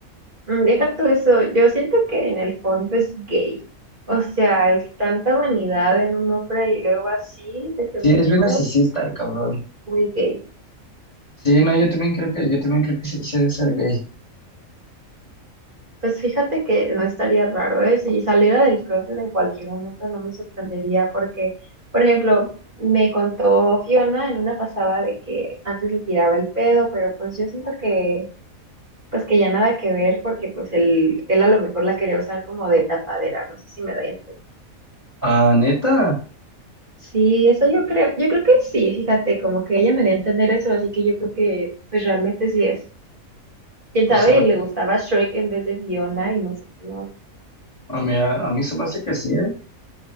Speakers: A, on the right; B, on the left.
A: Mm, Deja tú eso. Yo siento que en el fondo es gay. O sea, es tanta vanidad en un hombre y luego así de femenino,
B: Sí, es bien narcisista el cabrón.
A: muy gay.
B: Sí, no, yo también creo que, yo también creo que sí, sí ha de ser gay.
A: Pues fíjate que no estaría raro, ¿eh? Si saliera del closet en cualquier momento no me sorprendería porque, por ejemplo, me contó Fiona en una pasada de que antes le tiraba el pedo, pero pues yo siento que, pues que ya nada que ver porque pues él, él a lo mejor la quería usar como de tapadera, no sé si me doy a entender.
B: Ah, neta,
A: Sí, eso yo creo, yo creo que sí, fíjate, como que ella me dio a entender eso, así que yo creo que pues realmente sí es. Quién
B: pues
A: sabe,
B: a
A: le gustaba Shrek en vez de Fiona y no sé, no,
B: A mí, a, mí se me hace que sí, ¿eh?